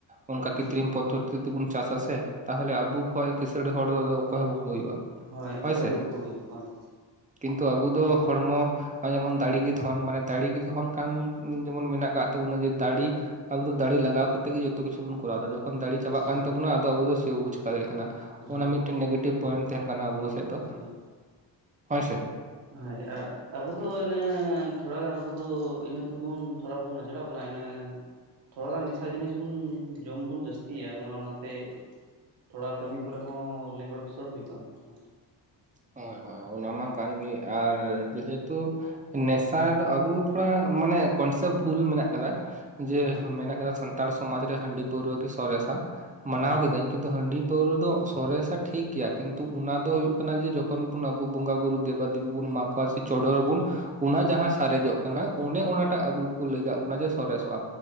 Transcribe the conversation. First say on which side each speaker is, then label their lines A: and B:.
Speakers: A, on the right; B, on the right.
A: ᱚᱱᱠᱟ
B: ᱦᱩᱸ
A: ᱠᱛᱨᱤᱤᱢ ᱯᱚᱫᱽᱫᱚᱛᱤ ᱛᱮᱵᱚᱱ ᱪᱟᱥᱟ ᱟᱥᱮ ᱛᱟᱦᱚᱞᱮ ᱟᱵᱚ ᱠᱷᱚᱡ ᱠᱤᱸᱥᱟᱹᱲ ᱦᱚᱲ ᱫᱚ ᱟᱠᱚᱭ ᱦᱚᱸᱵᱚ᱾ ᱦᱩᱭᱩᱜᱼᱟ
B: ᱦᱳᱭ ᱚᱠᱚᱭ
A: ᱦᱳᱭᱥᱮ
B: ᱜᱮ ᱵᱟᱠᱚ ᱦᱩᱭᱩᱜᱼᱟ ᱦᱳᱭ
A: ᱠᱤᱱᱛᱩ ᱟᱵᱚ ᱫᱚ ᱦᱚᱲᱢᱚ᱾ ᱱᱚᱚᱭ ᱡᱮᱢᱚᱱ ᱫᱟᱲᱮᱜᱮ ᱫᱷᱚᱱ ᱢᱟᱱᱮ ᱫᱟᱲᱮᱜᱮ ᱫᱷᱚᱱ ᱠᱟᱱ ᱡᱮᱢᱚᱱ ᱢᱮᱱᱟᱜ ᱠᱟᱜ ᱛᱟᱵᱚᱱᱟ ᱡᱮ ᱫᱟᱲᱤ᱾ ᱟᱵᱚ ᱫᱚ ᱫᱟᱲᱮ ᱞᱟᱜᱟᱣ ᱠᱟᱛᱮᱜ ᱜᱮ ᱡᱚᱛᱚ ᱠᱤᱪᱩ ᱵᱚᱱ ᱠᱚᱨᱟᱣ ᱫᱟ ᱡᱚᱠᱷᱚᱱ ᱾ ᱠᱷᱚᱱ ᱫᱟᱲᱮ ᱪᱟᱵᱟᱜ ᱠᱟᱱ
B: ᱦᱳᱭ
A: ᱛᱟᱵᱚᱱᱟ ᱟᱫᱚ ᱟᱵᱚ ᱥᱮ ᱵᱟᱵ ᱪᱤᱠᱟ ᱫᱟᱲᱮᱭᱟᱜ ᱠᱟᱱᱟ,
B: ᱦᱳᱭ
A: ᱚᱱᱟ ᱢᱤᱫᱴᱮᱱ ᱱᱮᱜᱮᱴᱤᱵᱷ ᱯᱚᱭᱮᱱᱴ ᱛᱟᱦᱮᱱ ᱠᱟᱱᱟ ᱟᱵᱚ᱾ ᱦᱮ ᱫᱚ
B: ᱦᱳᱭ
A: ᱦᱳᱭ ᱥᱮ
B: ᱦᱳᱭ ᱟᱨ ᱟᱵᱚ ᱫᱚ ᱤᱱᱟᱹ ᱛᱷᱚᱲᱟ ᱜᱟᱱ ᱟᱵᱚ ᱫᱚ ᱤᱱᱟᱹ ᱛᱮᱵᱚᱱ᱾ ᱛᱷᱚᱲᱟ ᱵᱚᱱ ᱱᱟᱪᱲᱚᱜ ᱠᱟᱱᱟ ᱤᱱᱟᱹ᱾ ᱛᱷᱚᱲᱟᱟ ᱜᱟᱱ ᱱᱮᱥᱟ ᱡᱤᱱᱤᱥ ᱵᱚᱱ ᱡᱚᱢ ᱵᱚᱱ ᱡᱟᱹᱥᱛᱤᱭᱟ ᱚᱱᱟ ᱚᱱᱟᱛᱮ᱾ ᱛᱷᱚᱲᱟ ᱠᱟᱹᱢᱤ ᱠᱚᱨᱮ ᱦᱚᱸ ᱚᱸ ᱞᱮᱸᱜᱚᱰ ᱯᱮᱥᱚᱲ ᱦᱩᱭᱩᱜ ᱠᱟᱱ ᱛᱟᱵᱚᱱᱟ᱾
A: ᱦᱳᱭ ᱦᱳᱭ ᱚᱱᱟ ᱢᱟ ᱠᱟᱱᱜᱮ ᱟᱨ ᱡᱮᱦᱮᱛᱩ᱾ ᱱᱮᱥᱟ ᱫᱚ ᱟᱵᱚ ᱛᱷᱚᱲᱟ ᱢᱟᱱᱮ ᱠᱚᱱᱥᱮᱯᱵ ᱵᱷᱩᱞ ᱢᱮᱱᱟᱜ ᱠᱟᱫᱟ? ᱡᱮ
B: ᱦᱮᱸ
A: ᱢᱮᱱᱟᱜ ᱠᱟᱫᱟ ᱥᱟᱱᱛᱟᱲ ᱥᱚᱢᱟᱡ ᱨᱮ ᱦᱟᱺᱰᱤ ᱯᱟᱹᱣᱨᱟᱹ ᱜᱮ ᱥᱚᱨᱮᱥᱟ ᱢᱟᱱᱟᱣ
B: ᱦᱳᱭ
A: ᱠᱤᱫᱟᱹᱧ᱾ ᱠᱤᱱᱛᱩ ᱦᱟᱸᱹᱰᱤ ᱯᱟᱹᱣᱨᱟᱹ ᱫᱚ ᱥᱚᱨᱮᱥᱟ ᱴᱷᱤᱠ ᱜᱮᱭᱟ ᱠᱤᱱᱛᱩ ᱚᱱᱟ ᱫᱚ᱾ ᱠᱟᱱᱟ ᱡᱮ ᱡᱚᱠᱷᱚᱱ ᱵᱚᱱ ᱟᱵᱚ ᱵᱚᱸᱜᱟ ᱵᱩᱨᱩ ᱫᱮᱵᱟ ᱫᱮᱵᱤ ᱵᱚᱱ ᱢᱟᱠᱚᱣᱟ ᱥᱮ ᱪᱚᱰᱚᱨ ᱟᱵᱚᱱ᱾ ᱚᱱᱟ ᱡᱟᱸᱦᱟ ᱥᱟᱨᱮᱡᱚᱜ ᱠᱟᱱᱟ ᱚᱱᱮ ᱚᱱᱟᱴᱟᱜ ᱟᱵᱚ ᱠᱚ ᱞᱟᱹᱭ ᱠᱟᱫᱵᱚᱱᱟ ᱡᱮ ᱥᱚᱨᱮᱥᱚᱜᱼᱟ᱾